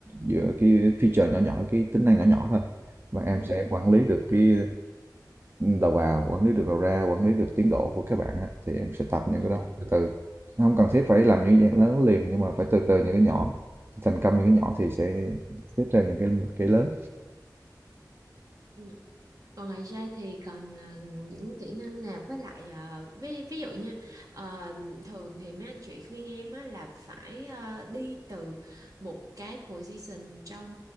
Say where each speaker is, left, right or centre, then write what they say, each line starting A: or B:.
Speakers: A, on the right; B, on the right.
A: giữa cái feature nhỏ nhỏ cái tính năng nhỏ nhỏ thôi và em
B: ừ
A: sẽ quản lý được cái đầu vào quản lý được đầu ra quản lý được tiến độ của các bạn á, thì em sẽ tập những
B: ừ
A: cái đó từ từ không cần thiết phải làm những cái lớn liền nhưng mà phải từ từ những cái nhỏ thành công những cái nhỏ thì sẽ tiếp theo những cái cái lớn
B: ừ Còn ngoài ra thì còn à, những kỹ năng nào với lại à, ví, ví dụ nha à, thường thì mấy anh chị khuyên em á, là phải à, đi từ một cái position trong